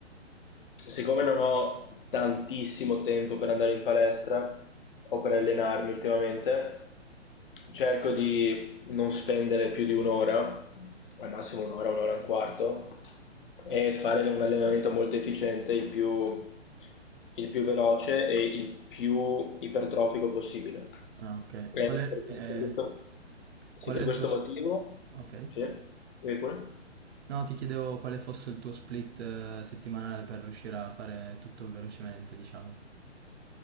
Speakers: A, on the left; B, on the right.
A: Siccome non ho tantissimo tempo per andare in palestra o per allenarmi ultimamente, cerco di non spendere più di un'ora, al massimo un'ora, un'ora e un quarto, e fare un allenamento molto efficiente, il più, il più veloce e il più ipertrofico possibile.
B: Ah, ok.
A: E
B: Qual è,
A: per questo,
B: eh,
A: per questo- sì,
B: qual
A: per
B: è il
A: questo
B: tuo... sp-
A: motivo,
B: Ok.
A: sì, dimmi pure.
B: No, ti chiedevo quale fosse il tuo split eh, settimanale per riuscire a fare tutto velocemente, diciamo.